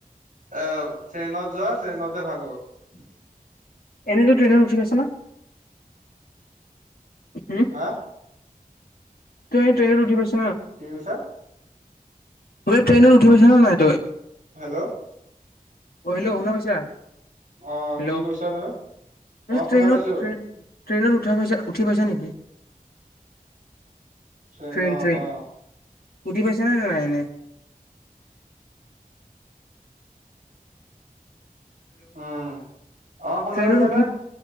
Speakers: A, on the right (about 60°); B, on the left (about 80°).
A: এ যোৱা ট্ৰেইনতে ভাল হ'ব।
B: এনেইতো ট্ৰেইনত উঠি গৈছে না। হম
A: হা?
B: ট্ৰেইন ট্ৰেইনত উঠি পাইছ
A: কি কৈছা?
B: ব ট্ৰেইন উঠি পাইছানে নাই তই
A: হেল্ল'।
B: অ', হেল্ল' শুনা পাইছা?
A: অ
B: হেল্ল',
A: কি কৈছা তুমি অ শুনা
B: ট্ৰেইনত
A: পাইছো
B: ট্ৰেইন ট্ৰেইনত উঠা পাইছা উঠি পাইছা নেকি
A: ট্ৰেনত
B: ট্ৰেইন ট্ৰেইন
A: অ '
B: উঠি পাইছা নাই ন ন এনে
A: উম অ শুনা
B: হেল্ল'
A: পাইছা
B: উঠি
A: নে